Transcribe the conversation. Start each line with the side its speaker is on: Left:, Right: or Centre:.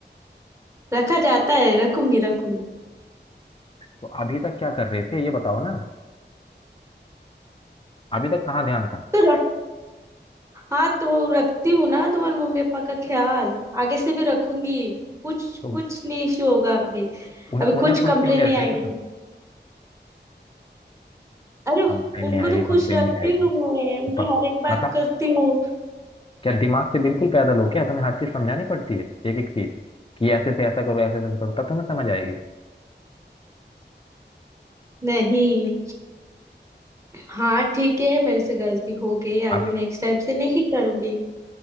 Right: रखा जाता है रखूंगी रखूंगी
Left: तो अभी तक क्या कर रहे थे ये बताओ ना अभी तक कहाँ ध्यान था
Right: तो रख हाँ तो रखती हूँ ना तुम्हारे मम्मी पापा का ख्याल आगे से भी रखूंगी कुछ
Left: तो
Right: कुछ नहीं इश्यू होगा अभी
Left: उन,
Right: अभी
Left: उन्हें
Right: कुछ
Left: कुछ
Right: कंप्लेन
Left: क्यों नहीं
Right: नहीं
Left: रख
Right: आएगी
Left: रहे थे
Right: तुमको
Left: तुम
Right: अरे
Left: कंप्लेन
Right: उनको
Left: नहीं आएगी
Right: तो
Left: कंप्लेन
Right: खुश रखती
Left: नहीं आएगी
Right: हूँ मैं उनकी
Left: प-
Right: हर एक बात
Left: मतलब
Right: करती हूँ
Left: क्या दिमाग से बिल्कुल पैदल हो क्या तुम्हें हर चीज समझानी पड़ती है एक एक चीज कि ऐसे से ऐसा करो ऐसे से ऐसा करो तब तुम्हें समझ आएगी
Right: नहीं हाँ ठीक है मेरे से गलती हो गई आगे
Left: आप
Right: नेक्स्ट टाइम से नहीं करूंगी